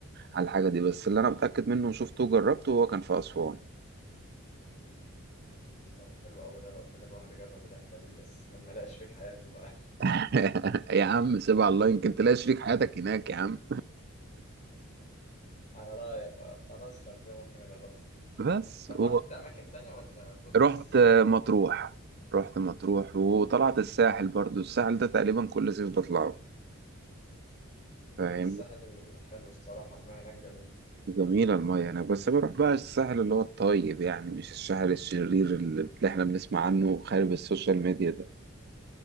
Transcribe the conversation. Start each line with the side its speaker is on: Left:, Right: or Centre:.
Right: على الحاجة دي بس اللي أنا متأكد منه وشفته وجربته هو كان في أسوان
Left: طب حلو أوي ده لو كده الواحد يجرب الرحلة دي بس لما يلاقي شريك حياته بقى
Right: <laughs> يا عم سيبها على الله يمكن تلاقي شريك حياتك هناك يا عم
Left: <laughs> على رأيك آه، خلاص لو كده ممكن أجربها
Right: بس
Left: طب
Right: هو
Left: رحت أماكن تانية ولا دول
Right: رحت
Left: بس؟
Right: مطروح رحت مطروح وطلعت الساحل برضو الساحل ده تقريبا كل صيف بطلعه فاهمني
Left: الساحل حلو الصراحة المياه هناك جميل
Right: جميلة المية هناك بس بروح بقى الساحل اللي هو الطيب يعني مش الساحل الشرير اللي احنا بنسمع عنه خارج السوشيال ميديا ده